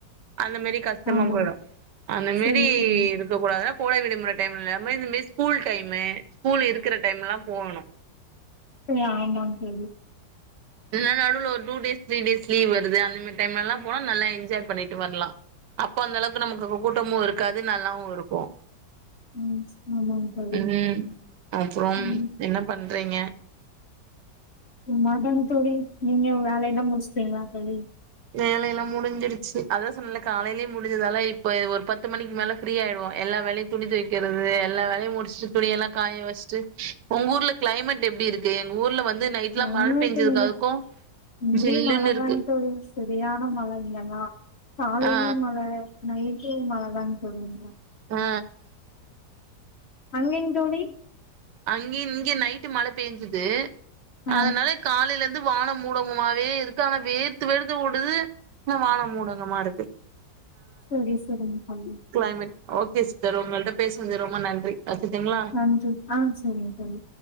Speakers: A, on the right; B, on the left.
A: அந்த மாரி கஷ்டமா
B: ஆமாங்க
A: போயிடும் அந்த மாரி
B: சரி சரிங்க தோழி
A: இருக்க கூடாதுனா கோடை விடு இந்த மாரி டைம்லாமே இந்த மாரி ஸ்கூல் டைம் ஸ்கூல் இருக்குற டைம்முல்லா போகணும்
B: <unintelligible> ஆமாங் தோழி
A: இல்லன்னா நடுவுல ஒரு two days three days leave வருது அந்த மாரி டைம்லலாம் போனா நல்லா என்ஜாய் பண்ணிட்டு வர்லா அப்போ அந்த அளவுக்கு நமக்கு கு கூட்டமும் இருக்காது நல்லாவு இருக்கும்
B: ம் ஆமாங்க தோழி
A: ம் அப்புறம்
B: ம்
A: என்ன பண்றீங்க
B: சும்மாத்தாங் தோழி நீங்க வேலைலா முடுஷ்டீங்ளா தோழி
A: வேலைலா முடுஞ்சுடுச்சு அதா சொன்னல காலைலே முடிஞ்சதால இப்ப இது ஒரு பத்து மணிக்கு மேல ஃப்ரீ ஆயிடுவோ எல்லா வேலையு துணி தெக்கிறது எல்லா வேலையு முடுஷ்டு துணியெல்லா காய வஷ்ட்டு ஒங் ஊர்ல க்ளைமெட் எப்டிருக் கே எங் ஊர்ல வந்து நைட்லா
B: க்ளைமேட்
A: மழ பெஞ்சதுக்கு
B: இங்க
A: அதுக்கு
B: இங்கியு
A: ஜில்லுன்னு
B: மழதாங்
A: இருக்கு
B: தோழி செத் வியான மழ இங்கலா காலைலி
A: ஆ
B: மழ நைட்டு மழ தாங் தோழி இங்க
A: அ அ
B: அங்கைங் தோழி
A: அங்கி இங்க நைட்டு மழ பேஞ்சுது
B: ஆ
A: அதனால காலைலந் வான மூடமுமாவே இருக்கு ஆனா வேர்த்து வேர்த்து ஓடுது வான முடகமா இருக்கு
B: சரி சரிங்க தோழி
A: க்ளைமேட் ஓகே ஸ்டர் ஒங்கள்ட்ட பேஸ்னது ரொம்ப நன்றி கச்சிட்டிங்ளா
B: நன்றி ஆ சரிங்க தோழி